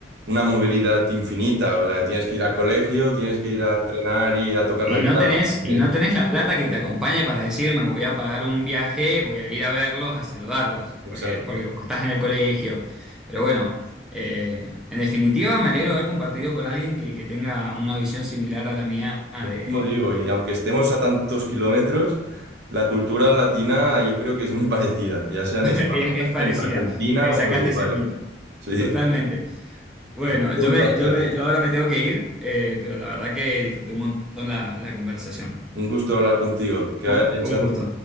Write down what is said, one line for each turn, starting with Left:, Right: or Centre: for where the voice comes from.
Right: una movilidad infinita, o sea, tienes que ir al colegio, tienes que ir a entrenar y a tocar
Centre: Y
Right: la guitarra.
Centre: no tenés,
Right: <laughs>
Centre: y no tenés la plata que te acompañe para decir, me voy a pagar un viaje, voy a ir a verlos, a saludarlos,
Right: Sí,
Centre: porque,
Right: exacto.
Centre: porque como estás en el colegio. Pero bueno, eh, en definitiva me alegro de haber compartido con alguien que, que tenga una visión similar a la mía de...
Right: Lo mismo digo, y aunque estemos a tantos kilómetros, la cultura latina yo creo que es muy <laughs> parecida, ya sea
Centre: <laughs>
Right: en
Centre: es,
Right: España,
Centre: es parecida,
Right: en Argentina
Centre: y me
Right: o
Centre: sacaste
Right: en Uruguay.
Centre: ese mito.
Right: Sí,
Centre: Totalmente. Bueno,
Right: pues ha sido
Centre: yo,
Right: un
Centre: me,
Right: placer.
Centre: yo, me- yo ahora me tengo que ir, eh, pero la verdad que disfruté un montón la, la conversación.
Right: Un gusto hablar contigo. Que vaya
Centre: un
Right: bien, Santi.
Centre: un gusto.